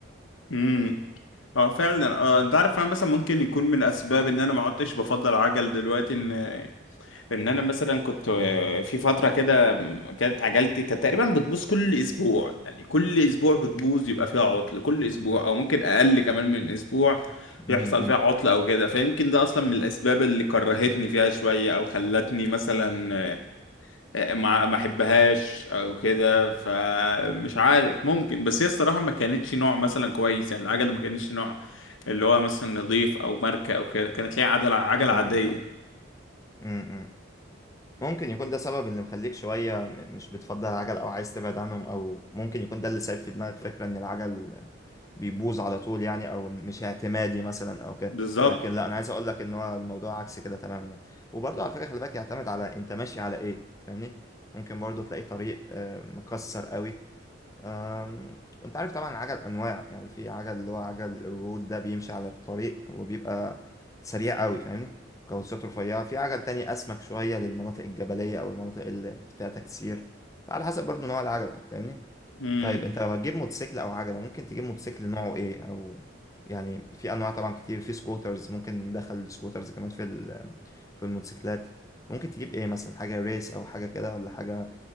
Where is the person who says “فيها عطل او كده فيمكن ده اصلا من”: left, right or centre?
Left